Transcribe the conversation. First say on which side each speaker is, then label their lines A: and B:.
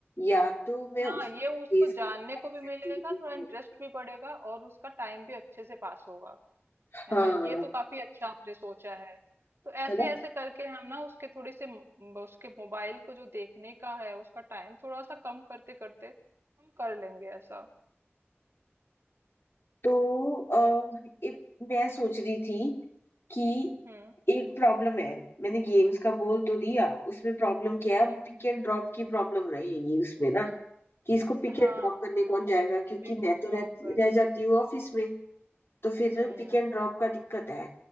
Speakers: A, on the left; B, on the right.
A: या तो मैं
B: हाँ,
A: उसमें
B: ये
A: एंगेज
B: उसको जानने
A: करूँ साइंस
B: को भी मिलेगा,
A: एक्टिविटीज
B: थोड़ा इंटरेस्ट
A: में
B: भी बढ़ेगा और उसका टाइम भी अच्छे से पास होगा,
A: हाँ
B: है ना? ये तो काफ़ी अच्छा आपने सोचा है। तो ऐसे-ऐसे
A: है ना
B: करके हम ना उसके थोड़े से म उसके मोबाइल को जो देखने का है, उसका टाइम थोड़ा-सा कम करते-करते हम कर लेंगे ऐसा।
A: तो अ, एक- मैं सोच रही थी कि
B: हुँ,
A: एक प्रॉब्लम है मैंने गेम्स का बोल तो दिया उसमें प्रॉब्लम क्या है
B: ठीक
A: अब पिक
B: है।
A: एंड ड्रॉप की प्रॉब्लम रहेगी उसमें ना कि इसको पिक
B: हाँ,
A: एंड ड्रॉप करने
B: हाँ,
A: कौन जाएगा क्योंकि
B: पिक एंड
A: मैं तो
B: ड्रॉप
A: रह,
B: करना
A: रह
B: है।
A: जाती हूँ ऑफिस में तो फिर
B: हुँ,
A: पिक एंड ड्रॉप का दिक्कत है